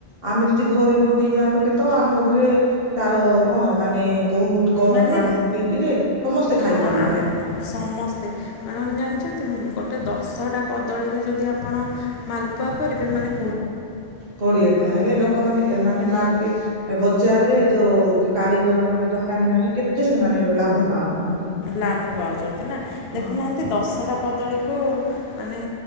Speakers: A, on the right (about 55°); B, on the left (about 65°).
A: ଆମେ ଯଦି ଘରେ ବନେଇବା। କହିଲେ ତ ଆମ ଘରେ ତାର କଣ ମାନେ। ବହୁତ କମ
B: ମାନେ
A: କ୍ଵାଣ୍ଟିଟିରେ ସମସ୍ତେ ଖାଇପାରିବା
B: ହଁ ଆମେ ସମସ୍ତେ ମାଡାମ୍ ଜାଣିଛନ୍ତି? ଗୋଟେ ଦଶଟା କଦଳୀରେ ଯଦି ଆପଣ ମାଲପୁଆ କରିବେ ମାନେ
A: କୋଡିଏ ଟା ହେଲେ ଲୋକମାନେ ମାନେ ମାର୍କେଟ ବଜାରରେ ଯୋଉ କାରିଗର ମାନେ ଦୋକାନୀ ମାନେ କେତେ ସେମାନେ ଲାଭ ପାଉନାହାନ୍ତି।
B: ଲାଭ ପାଉଛନ୍ତି ନା ଦେଖୁନାହାନ୍ତି
A: ହଁ
B: ଦଶଟା କଦଳୀକୁ ମାନେ